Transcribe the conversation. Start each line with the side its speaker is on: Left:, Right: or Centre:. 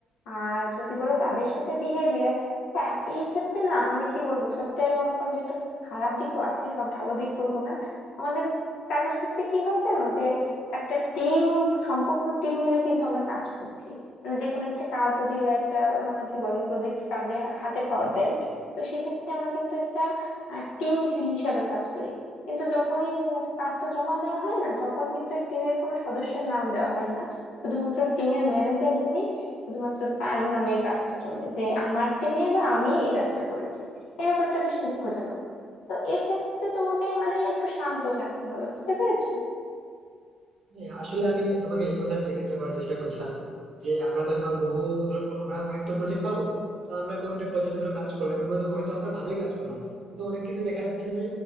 Left: আর যদি বলো তাদের সাথে বিহেভিয়ার হ্যাঁ এই ক্ষেত্রে না মানে কি বলবো সফটওয়্যার কোম্পানির একটা খারাপ দিকও আছে সব ভালো দিক বলবো না আমাদের কাজের ক্ষেত্রে কি হয় জানো যে একটা টিম সম্পূর্ণ টিম মিলে কিন্তু আমরা কাজ করছি মানে যে কোনো একটা কাজ যদি বা একটা আহ, কি বলে প্রজেক্ট কাজে হাতে পাওয়া যায় তো সেক্ষেত্রে আমরা কিন্তু একটা টিম হিসাবে কাজ করি কিন্তু যখনই কাজটা জমা দেওয়া হয় না তখন কিন্তু টিমের কোনো সদস্যের নাম দেওয়া হয় না শুধুমাত্র টিমের ম্যানেজার যিনি শুধুমাত্র তার নামে এই কাজটা চলে যে আমার টিমে বা আমি এই কাজটা করেছি এই ব্যাপারটা বেশ দুঃখজনক তো এক্ষেত্রে তোমাকে মানে একটু শান্ত থাকতে হবে বুঝতে পেরেছো
Right: হ্যাঁ, আসলে আমি তোমাকে এই কথাটা জিজ্ঞাসা করার চেষ্টা করছিলাম যে আমরা তো এমন বহু ধরো pro- আমরা অনেক তো প্রজেক্ট পাবো তো আমরা কোনো একটা প্রজেক্টে ধরো কাজ করলাম এর মধ্যে হয়তো আমরা ভালোই কাজ করলাম কিন্তু অনেক ক্ষেত্রে দেখা যাচ্ছে যে